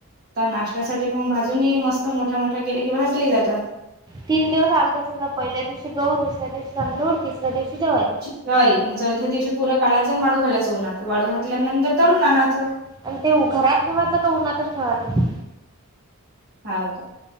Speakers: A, on the right (about 45°); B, on the right (about 20°).
A: त नाशत्यासाठी मग भाजून ही मस्त मोठ्या मोठ्या केले की भाजले जातात
B: तीन दिवस अगोदर समजा पहिल्या दिवशी गहू दुसऱ्या दिवशी तांदूळ तिसऱ्या दिवशी जवारी
A: जवारी चौथ्या दिवशी पुरं काढायच आणि वाळु घालायचं ऊनात वाळु घातल्यानंतर दळुन आनाचं
B: आणि ते घरात ठेवायचं का उन्हातच ठेवायचं
A: हाव का